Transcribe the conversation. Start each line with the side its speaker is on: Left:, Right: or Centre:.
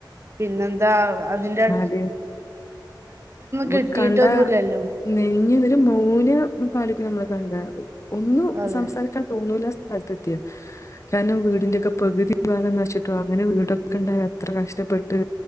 Right: പിന്നെന്താ അത് ന്റെ
Left: <unintelligible> നമുക്ക്
Right: കിട്ടിയിട്ടൊന്നുല്ലല്ലോ
Left: കണ്ടാ നെഞ് <unintelligible> മൂന് <unintelligible> നമ്മളെ കണ്ടാ അറിം ഒന്നും
Right: അതെ
Left: സംസാരിക്കാൻ തോന്നൂല സ് സ്ഥൽത്ത് എത്തിയെ കാരണം വീട്ന്റെയൊക്കെ പക്തിഭാഗം <unintelligible> അങ്ങനെ വീടൊക്കെ ഉണ്ടാകാൻ എത്ര കഷ്ടപ്പെട്ട്